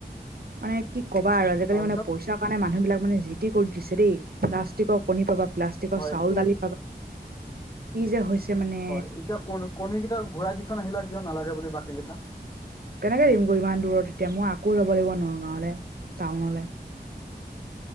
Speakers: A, on the right; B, on the left.
A: মানে কি ক'বা আৰু আজিকালি
B: তাৰপিছত
A: মানে পইচাৰ কাৰণে মানুহ বিলাক মানে যি টি কৰি দিছে দেই প্লাষ্টিকক কণী পাবা প্লাষ্টিকৰ
B: হয়
A: চাউল
B: এই
A: দালি পাবা কি যে হৈছে মানে
B: হয় এতিয়া ক কণী কেইটা ঘূৰাই দি থোৱা নাহিলা কিয় নালাগে বুলি বাকী কেইটা
A: কেনেকে দিম গৈ ইমান দূৰত এতিয়া মই আকৌ যাব লাগিব নগাঁৱলে টাউনলে।